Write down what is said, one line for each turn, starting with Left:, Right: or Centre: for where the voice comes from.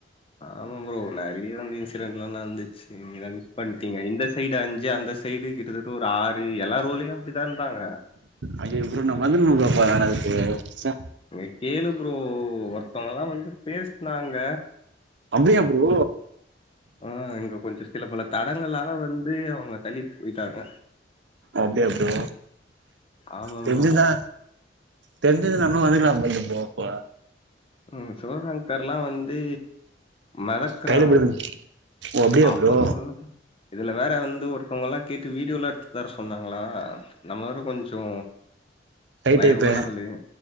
Left: ஆமா ப்ரோ நெறைய வந்து இன்சிடென்லா நந்துச்சு நீங்கதா மிஸ் பண்ணிட்டீங்க இந்த சைடு அஞ்சு அந்த சைடு கிட்டதட் டூராறு எல்லா ரோலயு அப்டிதா இருந்தாங்க
Right: ஐயோ ப்ரோ நா வந்துனுக்ன ப்ரோ நா அதுக்கு ச
Left: நீ கேளு ப்ரோ ஒருத்தவங்கல்லா வந்து பேஸ்னாங்க
Right: அப்டியா ப்ரோ
Left: ஆ இங்க கொஞ்சோ சில பல தடங்களால வந்து அவங்க தள்ளி போயிட்டாங்க
Right: அப்டியா ப்ரோ
Left: ஆமா
Right: தெருஞ்சிந்தா
Left: ப்ரோ.
Right: தெருஞ்சுருந்தா நம்மளு வந்துக்லா ப்ரோ அப்போ
Left: ம் சிவசங்கர்லா வந்து மெதக் குறா
Right: கைல புடிங்க ஓ அப்டியா
Left: அவ
Right: ப்ரோ
Left: <unintelligible> இதுல வேற வந்து ஒருத்தவங்க எல்லா கேட்டு வீடியோலா எடுத்து தர சொன்னாங்களா நம்ம வேற கொஞ்சோ
Right: கை
Left: பயங்கரமான
Right: டைப்பு
Left: ஆளு